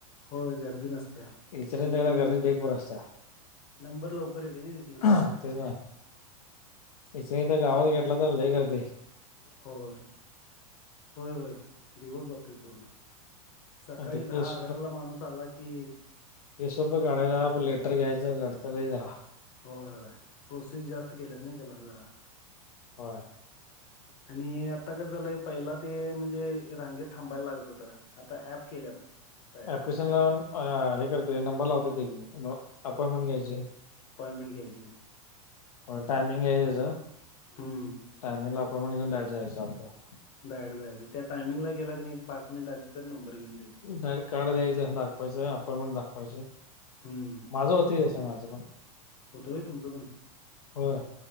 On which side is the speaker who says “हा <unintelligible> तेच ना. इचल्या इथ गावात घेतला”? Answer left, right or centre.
Left